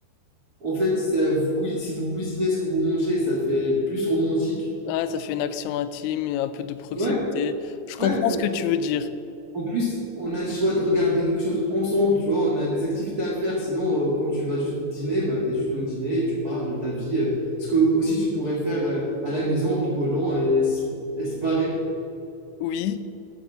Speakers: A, on the right; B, on the left.
A: En fait, ça, vous, cui- si vous cuisinez ce que vous mangez, ça fait plus romantique.
B: Ah, ça fait une action intime et un peu de proximité.
A: Ouais,
B: Je comprends
A: ouais,
B: ce que tu veux dire.
A: En plus, on a le choix de regarder quelque chose ensemble, tu vois, on a des activités à faire. Sinon, euh, quand tu vas juste dîner, bah, t'es juste au dîner et tu parles de ta vie. euh, ce que aussi tu pourrais faire euh, à la maison en rigolant et se, et se barrer.
B: Oui,